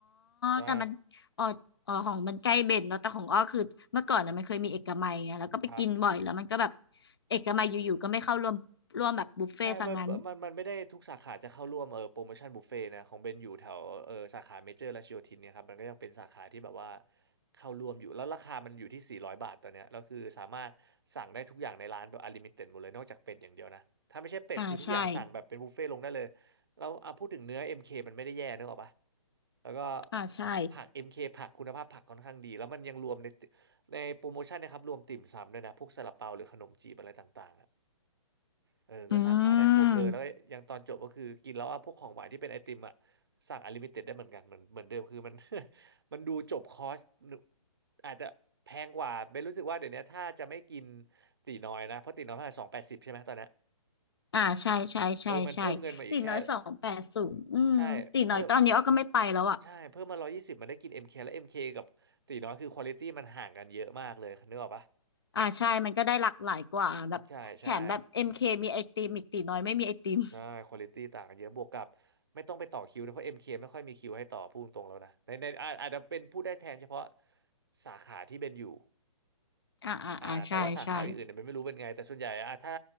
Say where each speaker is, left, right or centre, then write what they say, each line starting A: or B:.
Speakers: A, on the right; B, on the left.
A: ใช่
B: แต่มันอ๋ออ๋อของมันใกล้เบนเนาะแต่ของอ้อคือเมื่อก่อนน่ะมันเคยมีเอกมัยไงแล้วก็ไปกินบ่อยแล้วมันก็แบบ
A: ครับ
B: เอกมัยอยู่ๆก็ไม่เข้าร่วมร่วมแบบบุฟเฟ่ต์ซะงั้น
A: ใช่มันมันมันไม่ได้ทุกสาขาจะเข้าร่วมเออโปรโมชั่นบุฟเฟ่นะของเบนอยู่แถวเออสาขาเมเจอร์รัชโยธินเนี่ยครับมันก็ยังเป็นสาขาที่แบบว่าเข้าร่วมอยู่แล้วราคามันอยู่ที่400บาทตอนเนี้ยแล้วคือสามารถสั่งได้ทุกอย่างในร้านแบบอลิมิเต็ดหมดเลยนอกจากเป็ดอย่างเดียวนะถ้าไม่ใช่เป็ดคือทุกอย่างสั่งแบบเป็นบุฟเฟ่ตลงได้เลย
B: อ่าใช่
A: แล้วอ่ะพูดถึงเนื้อเอ็มเคมันไม่ได้แย่นึกออกปะแล้วก็
B: อ่าใช่
A: ผักเอ็มเคผักคุณภาพผักค่อนข้างดีแล้วมันยังรวมในในโปรโมชั่นนะครับรวมติ่มซำด้วยนะพวกซาลาเปาหรือขนมจีบอะไรต่างๆอะ เออก็สั่งมาได้ครบเลย
B: อืม
A: แล้วก็ยังตอนจบก็คือกินแล้วว่าพวกของหวานที่เป็นไอติมอ่ะสั่งอ n l ลิมิเต็ดได้เหมือนกันเหมือนเหมือนเดิม คือมัน <laughs> มันดูจบคอร์สอาจจะแพงกว่าเบนรู้สึกว่าเดี๋ยวนี้ถ้าจะไม่กินตีน้อยนะ เพราะตีน้อยเท่าไหร่สองแปดสิบใช่ไหมตอนเนี้ย
B: อ่าใช่ใช่ใช่ใช่ตีน้อยสองแปดศูนย์อืมตีน้อยตอนนี้อ้อก็ไม่ไปแล้วอ่ะ
A: เออมันเพิ่มเงินมาอีกแค่ใช่เพิ่มใช่เพิ่มมาร้อยยี่สิบมันได้กินเอ็มเคและเอ็มเคกับตีน้อยคือควอลิตี้มันห่างกันเยอะมากเลยนึกออกปะ
B: อ่าใช่มันก็ได้หลากหลายกว่าแบบแถมแบบเอ็มเคมีไอติมอีกตีน้อยไม่มีไอติม
A: ใช่ใช่ ใช่คุณภาพต่างกันเยอะบวกกับไม่ต้องไปต่อคิวนะเพราะ MK ไม่ค่อยมีคิวให้ต่อพูดตรงๆแล้วนะในในอาจอาจจะเป็นพูดได้แทนเฉพาะสาขาที่เป็นอยู่
B: อ่าอ่าอ่าใช่ใช่
A: อ่าแต่ว่าสาขาอื่นๆเนี่ยมันไม่รู้เป็นไงแต่ส่วนใหญ่อ่ะถ้า